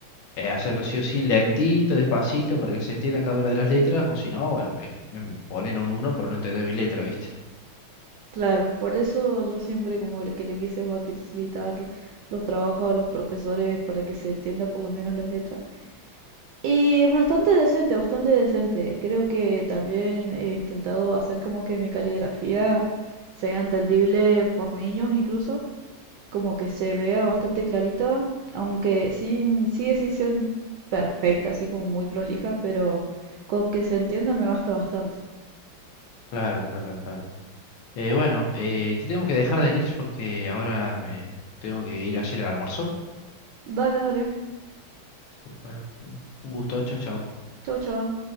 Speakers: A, on the left; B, on the right.
A: eh, hacerlo sí o sí, lentito, despacito, para que se entienda cada una de las letras, o si no, bueno, me, me ponen un uno por no entender mi letra, ¿viste?
B: Claro, por eso yo siempre como le- que le quise facilitar los trabajos a los profesores para que se entienda por lo menos las letras. Y bastante decente, bastante decente. Creo que también he intentado hacer como que mi caligrafía sea entendible por niños incluso, como que se vea bastante clarita, aunque sin, sigue sin ser perfecta, así como muy prolija, pero con que se entienda me basta bastante.
A: Claro, claro, claro. Eh, bueno, eh, te tengo que dejar Denis porque ahora me tengo que ir a hacer el almuerzo.
B: Dale, dale.
A: Bueno, un un gusto, chao, chao.
B: Chau, chau.